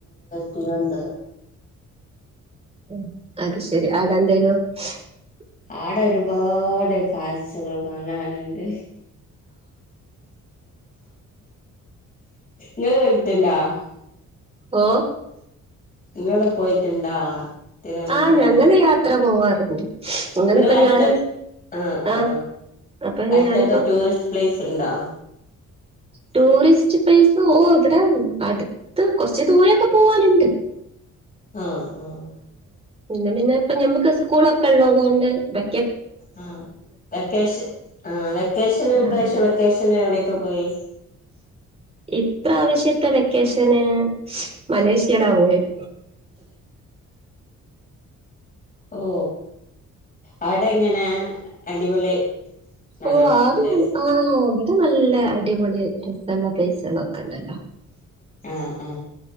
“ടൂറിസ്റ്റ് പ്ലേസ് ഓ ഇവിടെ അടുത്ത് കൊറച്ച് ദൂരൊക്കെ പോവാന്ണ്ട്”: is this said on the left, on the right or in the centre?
Right